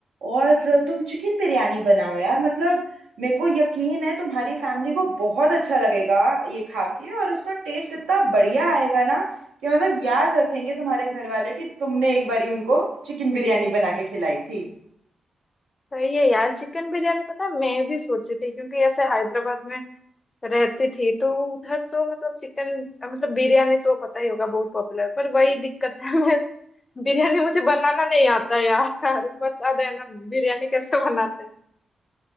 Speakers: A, on the right; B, on the left.
A: और तुम चिकन बिरयानी बनाओ यार मतलब मेरे को यकीन है तुम्हारी फैमिली को बहुत अच्छा लगेगा ये खा के और उसका टेस्ट इतना बढ़िया आएगा ना कि मतलब याद रखेंगे तुम्हारे घर वाले कि तुमने एक बारी उनको चिकन बिरयानी बना के खिलाई थी
B: तो ये यार चिकन बिरयानी पता है, मैं भी सोची थी क्योंकि ऐसे हैदराबाद में रहती थी तो उधर तो मतलब चिकन मतलब बिरयानी तो पता ही होगा बहुत पॉपुलर पर वही दिक्कत है मैं बिरयानी मुझे बनाना नहीं आता यार <laughs> बता देना बिरयानी कैसे बनाते हैं